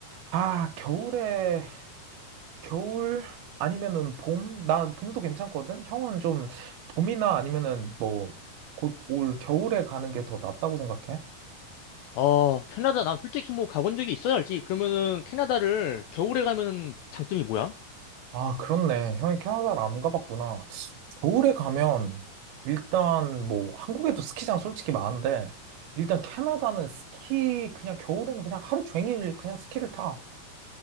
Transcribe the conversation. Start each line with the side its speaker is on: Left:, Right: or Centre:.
Right: 아, 겨울에 겨울 아니면은 봄? 나 봄도 괜찮거든? 형은 좀 봄이나 아니면은 뭐 곧 올 겨울에 가는 게 더 낫다고 생각해?
Left: 아, 캐나다, 난 솔직히 뭐 가본 적이 있어야 알지. 그러면은 캐나다를 겨울에 가면 장점이 뭐야?
Right: 아, 그렇네. 형이 캐나다를 안 가봤구나. 겨울에 가면 일단 뭐 한국에도 스키장 솔직히 많은데 일단 캐나다는 스키 그냥 겨울에는 그냥 하루 종일 그냥 스키를 타.